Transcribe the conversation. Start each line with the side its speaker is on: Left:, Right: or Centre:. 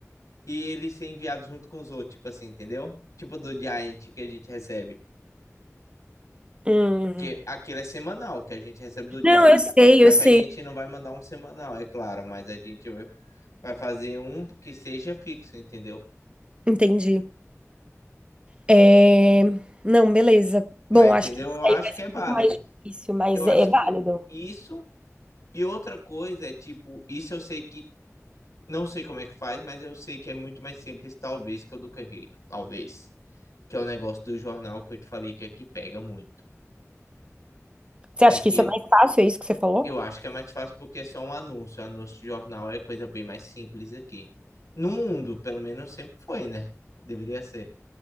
Left: e ele ser enviado junto com os outros, tipo assim, entendeu? Tipo do Giant que a gente recebe.
Right: hum.
Left: Que aquilo é semanal que a gente recebe do
Right: Não,
Left: Giant.
Right: eu sei,
Left: Só
Right: eu
Left: que
Right: sei.
Left: a gente não vai mandar um semanal, é claro, mas a gente vai fazer um que seja fixo, entendeu?
Right: Entendi. É... Não, beleza. Bom,
Left: Mas entendeu?
Right: acho que isso
Left: Eu acho
Right: aí vai
Left: que
Right: ser
Left: é válido.
Right: um pouco mais difícil, mas
Left: Eu acho
Right: é é válido.
Left: que isso e outra coisa é tipo, isso eu sei que Não sei como é que faz, mas eu sei que é muito mais simples, talvez, que o do Correio. Talvez. Que é o negócio do jornal que eu te falei que aqui pega muito.
Right: Você
Left: Aqui
Right: acha que isso é mais fácil? É isso que você falou?
Left: eu acho que é mais fácil porque é só um anúncio. O Anúncio de jornal é coisa bem mais simples aqui. No mundo, pelo menos sempre foi, né? Deveria ser.